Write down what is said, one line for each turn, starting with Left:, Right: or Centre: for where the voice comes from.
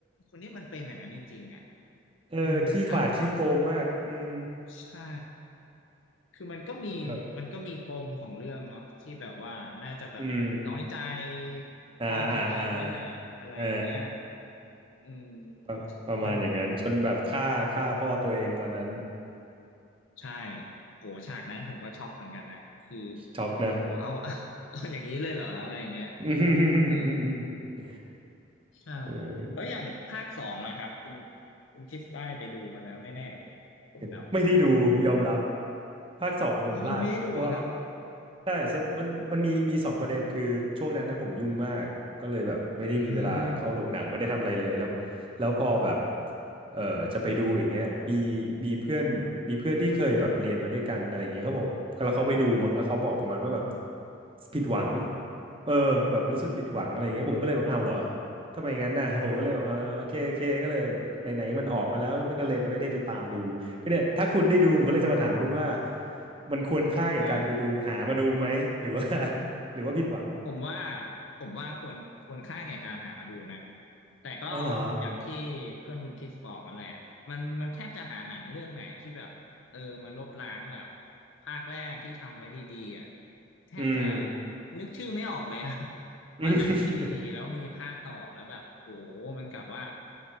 Left: คนนี้มันเป็นอย่างนั้นจริงๆอ่ะ
Right: เออขี้ขลาดขี้โกงมากอืม
Left: อืมทั้งใช่คือมันก็มีมันก็มีปมของเรื่องเนาะที่แบบว่าน่าจะแบบน้อยใจ
Right: เอออืมอ่าอ่าอ่า
Left: พ่อตัวเองด้วยแหละอะไรอย่างเงี้ย
Right: เออ
Left: อืม
Right: ประประมาณอย่างนั้นจนแบบฆ่าฆ่าพ่อตัวเองตอนนั้น
Left: มันใช่โหฉากนั้นผมก็ช็อกเหมือนกันนะคือ
Right: ช็อกนะ
Left: โหเอาเอาเอาอย่างนี้เลยเหรออะไรอย่างเงี้ย
Right: <laughs>
Left: เออ ใช่
Right: เออ
Left: แล้วอย่างภาคสองอะครับคุณคุณคิดได้ไปดูมาแล้วแน่ๆเลยผมเดา
Right: <laughs> ไม่ได้ดูยอมรับภาคสองผมพลาดเพราะว่า
Left: เขายังไม่ได้ดูอะครับ
Right: ใช่สมันมันมีมีสองประเด็นคือช่วงนั้นนะผมยุ่งมากก็เลยแบบไม่ได้มีเวลาเข้าโรงหนังไม่ได้ทำอะไรเลยแล้ว
Left: อืม
Right: แล้วพอแบบเออจะไปดูอย่างเงี้ยมีมีเพื่อนมีเพื่อนที่เคยแบบเรียนมาด้วยกันอะไรเงี้ยเขาบอกแล้วเขาไปดูมั้งแล้วเขาบอกประมาณว่าแบบผิดหวังเออแบบรู้สึกผิดหวังอะไรเงี้ยผมก็เลยแบบอ้าวเหรอทำไมงั้นน่ะผมก็เลยบอกเออโอเคโอเคก็เลยไหนๆมันออกไปแล้วแล้วมันก็เลยไม่ได้ไปตามดู ก็เนี่ยถ้าคุณได้ดูผมก็เลยจะมาถามคุณว่ามันควรค่าแก่การไปดูหามาดูไหมหรือว่า
Left: อ่า
Right: <laughs> หรือว่าผิดหวัง
Left: ผมว่าผมว่าควรควรค่าแก่การหามาดูนะแต่ก็
Right: อ๋อเหรอ
Left: อย่างที่เพื่อนคุณคริสบอกกันแหละมันมันแทบจะหาหนังเรื่องไหนที่แบบเออมันลบล้างแบบภาคแรกที่ทำไว้ดีๆอ่ะแทบจะ
Right: อืม
Left: นึกชื่อไม่ออกเลยอะ <laughs>
Right: อืม
Left: ว่าหนังที่ดีๆแล้วมีภาคต่อแล้วแบบโอ้โหมันกลับว่า
Right: <laughs>